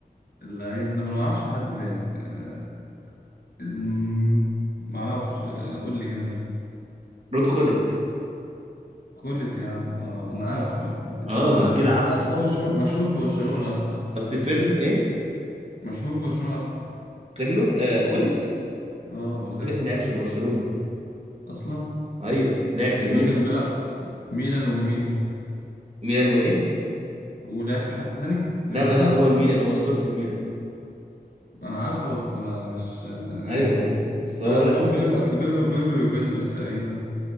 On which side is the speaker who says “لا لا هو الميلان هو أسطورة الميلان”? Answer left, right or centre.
Right